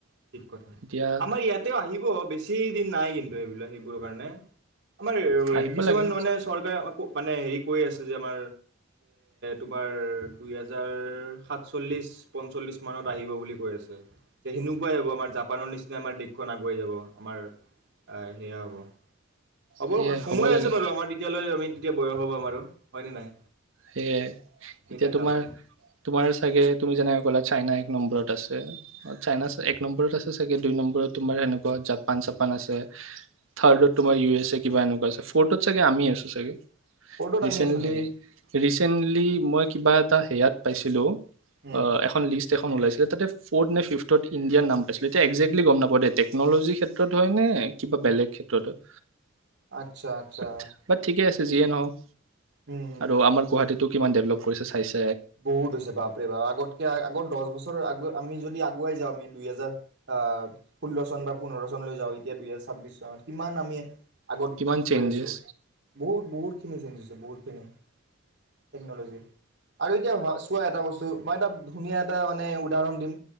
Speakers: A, on the right; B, on the right.
A: ঠিক কথা।
B: এতিয়া
A: আমাৰ ইয়াতেও আহিব বেছি দিন নাই কিন্তু সেইবিলাক সেইবোৰৰ কাৰণে। আমাৰ আৰু এ
B: আহিব
A: কিছুমান
B: লাগে
A: মানে চৰকাৰে আ মানে হেৰি কৈ আছো জানা তোমাৰ দুইহেজাৰ সাচ্ছল্লিশ পঞ্চলিছ মানত আহিব বুলি কৈ আছে যে সেনেকুৱাই হ'ব আমাৰ জাপানৰ নিচিনা আমাৰ দেশখন আগুৱাই যাব আমাৰ সেয়া হ'ব হ'ব
B: সেয়াই
A: সময়
B: লাগে
A: আছে বাৰু আমাৰ তেতিয়ালৈ আমি তেতিয়া বয়স হ'ব আমাৰো হয় নে নাই
B: সেয়াই
A: আমি
B: এতিয়া
A: দেখা
B: তোমাৰ
A: পাম
B: তোমাৰ চাগে তুমি যেনেকে ক'লা চাইনা এক নম্বৰত আছে চাইনাচ এক নম্বৰত আছে চাগে দুই নম্বৰত তোমাৰ সেনেকুৱা জাপান চাপান আছে থাৰ্ডত তোমাৰ ইউ এছ এ কিবা এনেকুৱা আছে ফৰ্থত চাগে আমি আছো চাগে
A: সেইটোত
B: ৰিচেণ্টলি
A: আমি আছো নেকি
B: ৰিচেণ্টলি মই কিবা এটা হেয়াত পাইছিলোঁ
A: উম
B: অ এখন লিষ্ট এখন ওলাইছিলে তাতে ফ'ৰ্থ নে ফিফত ইণ্ডিয়াৰ নাম পাইছিলো এতিয়া একজেক্টলি গম নাপওঁ দেেই টেকন'লজিৰ ক্ষেত্ৰত হয় নে কিবা বেলেগ ক্ষেত্ৰত হয়
A: আচ্ছা আচ্ছা
B: বাট বাট ঠিকে আছে যিয়ে নহওক
A: উম।
B: আৰু আমাৰ গুৱাহাটীত কিমান ডেভেলপ কৰিছে চাইছে
A: বহুত হৈছে বাপৰে বাপ আগতকে আগত দহ বছৰৰ আগ আমি যদি আগুৱাই যাওঁ আমি দুই হেজাৰ আহ ষোল্ল চন বা পোন্ধৰ চনলৈ যাওঁ এতিয়া দুহেজাৰ ছাব্বিশ চনত কিমান আমি আগত
B: কিমান চেঞ্জেছ
A: গৈ আছোঁ বহুত বহুতখিনি চেঞ্জ হৈছে বহুতখিনি টেকনলজী আৰু এতিয়া চোৱা এটা বস্তু মই এটা ধুনীয়া এটা মানে উদাহৰণ দিম